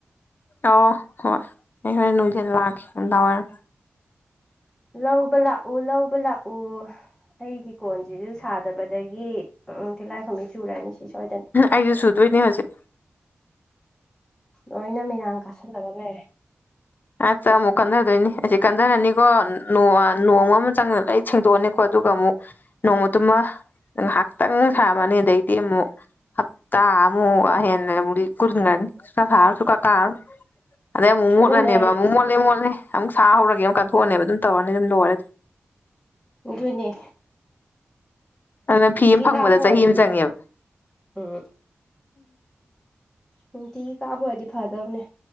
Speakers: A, on the left; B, in the centre.
A: ꯑꯧ ꯍꯣꯢ ꯑꯩ ꯍꯣꯔꯦꯟ ꯅꯨꯡꯗꯤꯟ ꯂꯥꯛꯀꯦ ꯅꯨꯡꯗꯥꯡꯋꯥꯢꯔꯝ
B: ꯂꯧꯕ ꯂꯥꯛꯑꯣ ꯂꯧꯕ ꯂꯥꯛꯑꯣ ꯑꯩꯒꯤ ꯀꯣꯟꯁꯤꯖꯨ ꯁꯥꯗꯕꯗꯒꯤ ꯎꯝ ꯇꯤꯜꯂꯥꯏꯈꯨꯝꯕꯤ ꯆꯨꯔꯅꯤ ꯁꯤ ꯁꯣꯢꯗ
A: ꯑꯩꯖꯨ ꯁꯨꯗꯣꯏꯅꯦ ꯍꯧꯖꯤꯛ
B: ꯂꯣꯏꯅ ꯃꯤꯔꯥꯡ ꯀꯥꯁꯜꯂꯒ ꯂꯩꯔꯦ
A: ꯍꯦꯛꯇ ꯑꯃꯨꯛ ꯀꯟꯅꯗꯣꯏꯅꯤ ꯑꯁꯤ ꯀꯟꯊꯔꯅꯤꯀꯣ
B: ꯎꯝ
A: ꯅꯣꯡꯃ ꯑꯃ ꯆꯪꯅ ꯂꯩ ꯁꯦꯡꯗꯣꯛꯑꯅꯤꯀꯣ ꯑꯗꯨꯒ ꯑꯃꯨꯛ ꯅꯣꯡꯃꯗꯨꯃ ꯉꯥꯏꯍꯥꯛꯇꯪ ꯁꯥꯔꯝꯃꯅꯤ ꯑꯗꯩꯗꯤ ꯑꯃꯨꯛ ꯍꯞꯇꯥ ꯑꯃꯨ ꯍꯦꯟꯅ ꯑꯃꯨꯛ ꯀꯨꯟꯒꯔꯅꯤ ꯁꯨꯡꯁꯥ ꯁꯥꯔꯔꯣꯢ ꯁꯨꯡꯀꯥ ꯀꯥꯔꯔꯣꯢ ꯑꯗꯩ ꯑꯃꯨꯃꯨꯛ
B: ꯑꯗꯨꯅꯦ ꯍꯥꯏꯁꯦ
A: ꯃꯣꯠꯂꯦ ꯃꯣꯠꯂꯦ ꯑꯃꯨꯛ ꯁꯥ ꯍꯧꯔꯒꯦ ꯑꯃꯛ ꯀꯥꯟꯊꯣꯛꯑꯅꯤꯕ ꯑꯗꯨꯝ ꯇꯧꯔꯅꯤ ꯑꯗꯨꯝ ꯂꯣꯏꯔꯦ ꯑꯗꯨꯝ
B: ꯗꯨꯅꯦ
A: ꯑꯗꯨꯅ ꯐꯤ ꯑꯃ ꯐꯪꯕꯗ
B: ꯀꯥꯕ ꯑꯣꯏꯔꯗꯤ
A: ꯆꯍꯤ ꯑꯃ ꯆꯪꯉꯦꯕ
B: ꯎꯝ ꯅꯨꯡꯇꯤꯒꯤ ꯀꯥꯕ ꯑꯣꯏꯗꯤ ꯐꯗꯧꯅꯦ